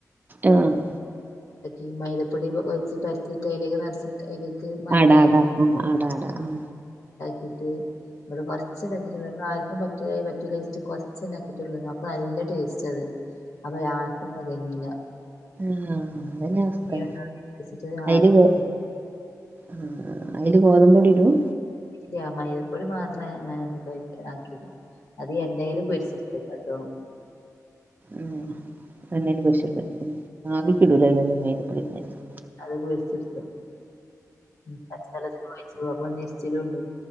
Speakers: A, on the right; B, on the left.
A: ആഹ്
B: ഈ മൈദപ്പൊടിക്കെ കൊയച്ച്ട്ട് പരത്തീട്ട് അയിലേക്ക് നെറച്ചിട്ട് അയിലേക്ക് മറ്റെ
A: അട അട ആ അട അട ആഹ്
B: ട്ട്ട്ട് ഇവടെ കൊറ്ച്ചെ ഇണ്ടാക്കീട്ടോള്ളു ഇവടാര് ക്കും പറ്റൂലായ് പറ്റൂലാച്ചിട്ട് കൊറ്ച്ചെ ഇണ്ടാക്കിയിട്ടോള്ളനി അപ്പൊ നല്ല ടേസ്റ്റത് അപ്പൊയാര്ക്കും തെകഞ്ഞില്ലാ
A: ആഹ് അതന്നെ അവസ്ഥ
B: ഉണ്ടാവില്ല വെച്ചിട്ട്
A: അയല്
B: ആർക്കും
A: ഗോ ആഹ് അയ്ല് ഗോതമ്പൊടിടും
B: ഇല്ല്യാ മൈദ പൊടി മാത്ര ഞാ ഞാനന്ന് കൊയച്ചാക്കിയത് അത് എണ്ണേല് പൊരിച്ചെട്ത്ത് <unintelligible>
A: ഉം എണ്ണേല് പൊരിച്ച്ട്ത്ത് ഉം ആവിക്കിടൂല എല്ലേല്ലും മൈദ പൊടി <unintelligible>
B: അത് പൊരിച്ച്ട്ത്തു ഉം പച്ചവെള്ച്ചെണ്ണ വാങ്ങിച്ച്ക്ക്ണു അപ്പോ നെര്ച്ചിലുണ്ട്